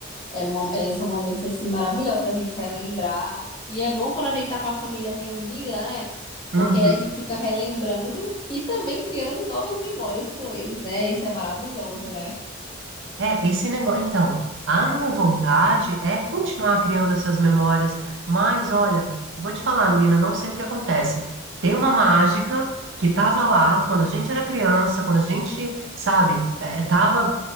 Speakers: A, on the left; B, on the right.
A: É mo- é, são momentos assim maravilhosos da gente relembrar. E é bom quando a gente tá com a família reunida, né?
B: Uhum.
A: Porque aí a gente fica relembrando e também criando novas memórias com eles, né? Isso é maravilhoso, né?
B: É, esse negócio. Então, a minha vontade é continuar criando essas memórias, mas olha, vou te falar, menina, não sei o que acontece. Tem uma mágica que tava lá quando a gente era criança, quando a gente, sabe, é, é, tava